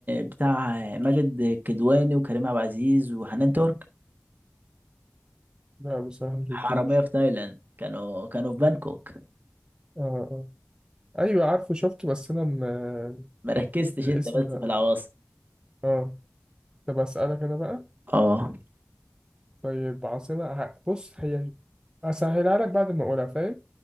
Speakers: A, on the right; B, on the right.
A: بتاع ماجد كدواني وكريم عبد العزيز وحنان ترك
B: لا بصراحة مشفتوش
A: حرامية في تايلاند كانوا كانوا في بانكوك
B: اه اه أيوة عارفه شفته بس أنا م... آه،
A: مركزتش
B: الاسم
A: انت بس
B: لا
A: في العواصم
B: اه طب أسألك أنا بقى
A: اه
B: طيب عاصمة ه- بص هي أسهلها لك بعد ما أقولها فاهم